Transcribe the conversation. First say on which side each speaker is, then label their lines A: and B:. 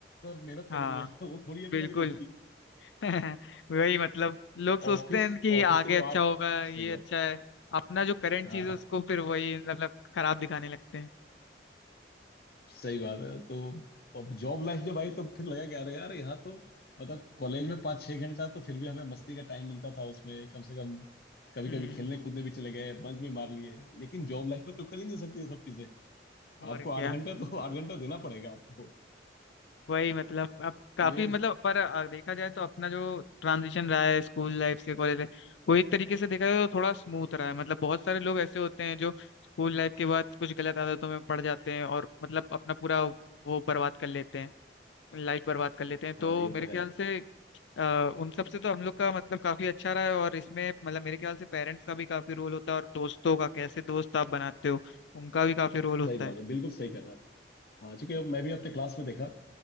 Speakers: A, on the left; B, on the left.
A: और मेहनत
B: हाँ
A: लग रही है <laughs> ना, वो थोड़ी अभी
B: बिल्कुल
A: लग रही थी
B: <laughs> वही मतलब
A: <laughs>
B: लोग सोचते
A: ऑफिस
B: हैं कि
A: ऑफिस
B: आगे
A: के जो
B: अच्छा
A: आर्ट
B: होगा ये
A: सही बात
B: अच्छा है अपना जो करंट
A: हाँ
B: चीज है उसको फिर वही मतलब खराब दिखाने लगते हैं
A: सही बात है तो अब जॉब लाइफ जब आई तब फिर लगा क्या रहा यार यहाँ तो मतलब कॉलेज में पाँच छह घंटा तो फिर भी हमें मस्ती का टाइम मिलता था उसमें कम से कम कभी
B: हम्म
A: कभी खेलने कूदने भी चले गए बंक भी मार लिए लेकिन जॉब लाइफ में तो कर ही नहीं सकते ये सब चीजें
B: और
A: आपको आठ
B: क्या
A: घंटा तो आठ घंटा देना पड़ेगा आपको
B: वही मतलब अब काफी
A: ये
B: मतलब पर अ, देखा जाए तो अपना जो ट्रांजिशन रहा है स्कूल लाइफ से कॉलेज लाइफ वो एक तरीके से देखा जाए तो थोड़ा स्मूथ रहा है मतलब बहुत सारे लोग ऐसे होते हैं जो स्कूल लाइफ के बाद कुछ गलत आदतों में पड़ जाते हैं और मतलब अपना पूरा वो बर्बाद कर लेते हैं लाइफ बर्बाद कर लेते हैं तो
A: हाँ ये
B: मेरे
A: तो है
B: ख्याल
A: यार
B: से आ, उन सब से तो हम लोग का मतलब काफी अच्छा रहा है और इसमें मतलब मेरे ख्याल से पेरेंट्स का भी काफी रोल होता है और दोस्तों का कैसे दोस्त आप बनाते हो उनका भी काफी रोल होता
A: सही बात
B: है
A: है बिल्कुल सही कह रहा आप हाँ चूंकि अब मैं भी अपने क्लास में देखा